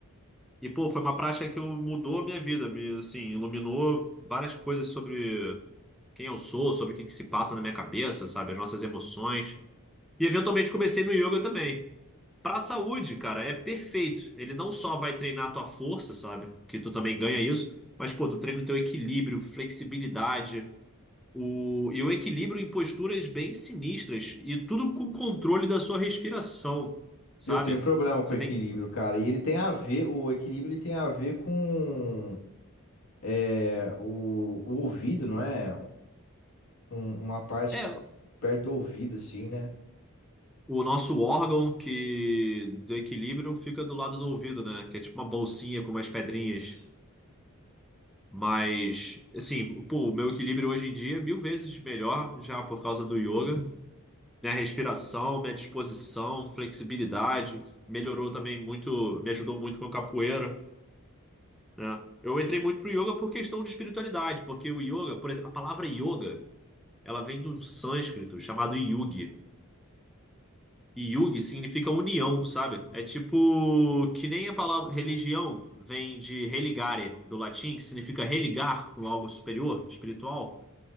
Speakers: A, in the centre; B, on the left.
A: E, pô, foi uma prática que mudou a minha vida, me, assim, iluminou várias coisas sobre quem eu sou, sobre o que que se passa na minha cabeça, sabe? As nossas emoções. E eventualmente comecei no yoga também. Pra saúde, cara, é perfeito. Ele não só vai treinar a tua força, sabe? Que tu também ganha isso, mas, pô, tu treina o teu equilíbrio, flexibilidade, o... e o equilíbrio em posturas bem sinistras, e tudo com controle da sua respiração, sabe?
B: Eu tenho problema com
A: Você
B: equilíbrio,
A: tem.
B: cara, e ele tem a ver, o equilíbrio ele tem a ver com é, o, o ouvido, não é? Um- uma parte
A: É,
B: perto do ouvido, assim, né?
A: o nosso órgão que do equilíbrio fica do lado do ouvido, né? Que é tipo uma bolsinha com umas pedrinhas.
B: Isso.
A: Mas, assim, pô, o meu equilíbrio hoje em dia é mil vezes melhor já por causa do yoga. minha respiração, minha disposição, flexibilidade. Melhorou também muito, me ajudou muito com a capoeira, né? Eu entrei muito pro yoga por questão de espiritualidade, porque o yoga, por exemplo, a palavra yoga, ela vem do sânscrito chamado yugi. E yugi significa união, sabe? É tipo que nem a palavra religião vem de religare, do latim, que significa religar com algo superior, espiritual.